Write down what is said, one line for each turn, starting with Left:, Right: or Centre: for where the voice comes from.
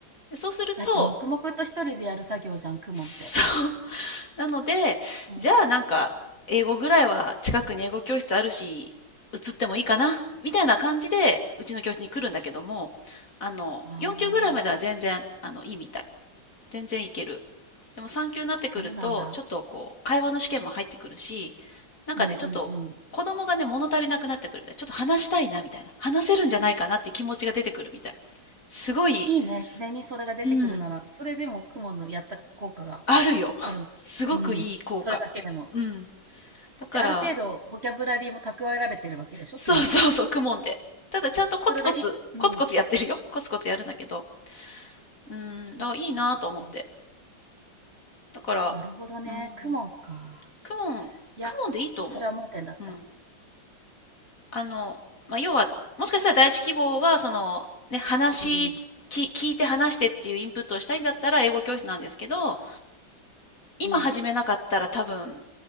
Left: そうすると
Right: だって黙々と一人でやる作業じゃん、公文って。
Left: そう。<laughs> なので、
Right: うん。
Left: じゃあなんか、英語ぐらいは近くに英語教室あるし、移ってもいいかなみたいな感じで、うちの教室に来るんだけども、あの、
Right: ああ。
Left: 4級ぐらいまでは全然、あの、いいみたい。全然いける。でも3級になってくると、
Right: あ、そうなんだ。
Left: ちょっとこう、会話の試験も入ってくるし、なんかね、
Right: うんうんうん。
Left: ちょっと、子供がね、物足りなくなってくるみたい。ちょっと話したいな、みたいな。話せるんじゃないかなって気持ちが出てくるみたい。すごい、
Right: いいね、自然にそれが出てくるなら、
Left: うん、
Right: それでも雲のやった効果が
Left: あるよ。<laughs>
Right: ある。
Left: すごくいい効果。
Right: うん、それだけでも。
Left: うん。だから、
Right: で、ある程度ボキャブラリーも蓄えられてるわけでしょ、
Left: そうそうそう、
Right: 公文で。
Left: 公文で。ただちゃんとコツコツ、
Right: それがいうん。
Left: コツコツやってるよ。コツコツやるんだけど。うん、だからいいなと思って。
Right: うんうんうんうん。
Left: だから、
Right: なるほどね、
Left: うん、
Right: 公文か。
Left: 公文、公
Right: いや、
Left: 文でいいと思
Right: それは盲点だった。
Left: う。うん。あの、まあ、要は、もしかしたら第一希望は、その、ね、話、
Right: うん、
Left: き聞いて話してっていうインプットをしたいんだったら英語教室なんですけど、今始めなかったら多分、
Right: うん。